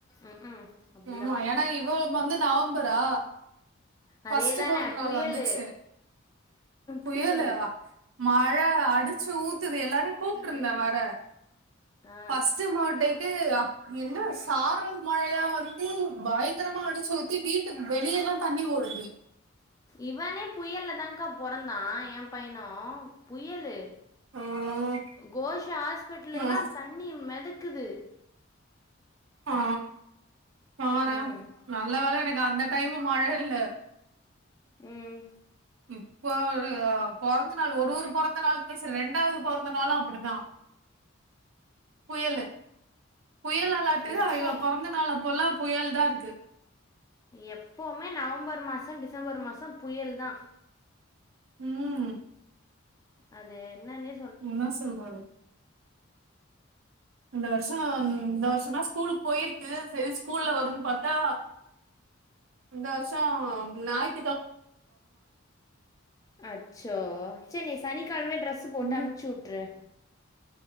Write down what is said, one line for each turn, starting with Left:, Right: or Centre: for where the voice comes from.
Left: ம் ம் அப்படிதான்
Right: ஆமா ஏன்னா இவ வந்து நவம்பர் தா ஃபஸ்ட்
Left: அதே தானே
Right: பொறந்த ஒரு நாள்
Left: புயல்
Right: வந்துச்சு புயலு
Left: புயல்
Right: மழ அடிச்சு ஊத்துது எல்லாரையு கூப்ட்டு இருந்த
Left: அடி
Right: வேற
Left: ஆ
Right: ஃபர்ஸ்ட்டு பேர்த்டேக்கு அப் என்ன சாரல் மழயா வந்து பயங்கரமா அடிச்சு ஊத்தி வீட்டுக்கு வெளியல்லா தண்ணி ஓடுது
Left: இவனே புயல்ல தாக்கா பொறந்தா என் பையனு புயலு
Right: ம்
Left: கோஷா ஹாஸ்பிட்டலல்லா
Right: ம்
Left: தண்ணி மெதக்குது
Right: ஆ பாறே
Left: ம்
Right: நல்ல வேல எனக்கு அந்த டைமு மழ இல்ல
Left: ம்
Right: இப்ப பொறந்த நாள் ஒரு ஒரு பொறந்த நாளுக்குமே ரெண்டாவது பொறந்த நாளு அப்டிதா புயலு புயல் அளாட்டுதா
Left: எப்போ
Right: இவ பொறந்த நாள் அப்போலா புயல் தா இருக்கு
Left: எப்பமே நவம்பர் மாச டிசம்பர் மாச புயல் தா
Right: ம்
Left: அ என்னனே
Right: என்ன சொல்றது இந்த வருஷ இந்த வருஷ தா ஸ் ஸ்கூல் போயிருக்கு செரி ஸ்கூல்ல வருன் பாத்தா இந்த வருஷ நாய்ப்
Left: அச்சோ சரி நீ சனிக்கிழமையே ட்ரெஸ் போட்டு அம்ச்சு
Right: ம்
Left: விட்ரு